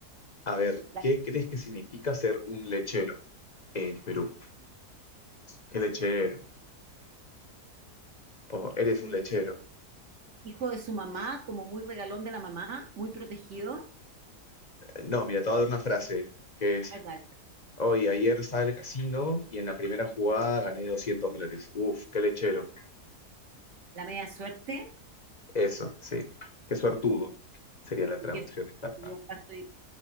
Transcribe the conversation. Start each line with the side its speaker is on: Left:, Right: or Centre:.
Left: A ver,
Right: Da-
Left: ¿qué crees que significa ser un lechero? En Perú. Qué lechero. O eres un lechero.
Right: Hijo de su mamá, como muy regalón de la mamá, muy protegido
Left: Eh, No, mira, te voy a dar una frase que es,
Right: Ay, vale.
Left: hoy, ayer estaba en el casino y en la primera jugada gané 200 dólares. Uf, qué lechero.
Right: La media suerte.
Left: Eso, sí. Qué suertudo
Right: Ajá.
Left: sería la
Right: Y
Left: traducción
Right: que
Left: exacta.
Right: yo acá estoy,